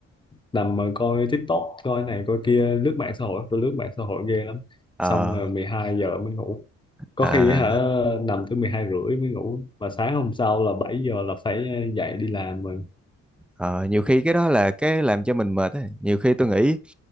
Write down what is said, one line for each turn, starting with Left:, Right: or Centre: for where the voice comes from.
Left: nằm mà coi TikTok coi này coi kia lướt mạng xã hội tôi lướt mạng xã hội ghê lắm
Centre: Ờ
Left: xong rồi 12 giờ mới ngủ có
Centre: à,
Left: khi hả nằm tới 12 rưỡi mới ngủ mà sáng hôm sau là 7 giờ là phải dậy đi làm rồi
Centre: ờ, nhiều khi cái đó là cái làm cho mình mệt á. Nhiều khi tôi nghĩ